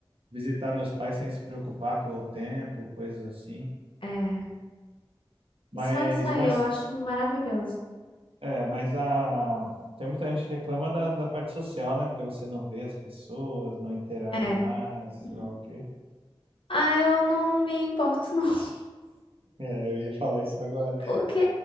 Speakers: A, on the right; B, on the left.
A: visitar meus pais sem se preocupar com o tempo, coisas assim.
B: É.
A: Mas,
B: E só isso aí
A: mas,
B: eu acho maravilhoso.
A: é, mas a... tem muita gente que reclama da, da parte social, né? Porque você não vê as pessoas, não interage
B: É.
A: mais,
B: Uhum.
A: sei lá o quê.
B: Ah, eu não me importo, não. <laughs>
A: É, eu ia falar isso agora.
B: Porque,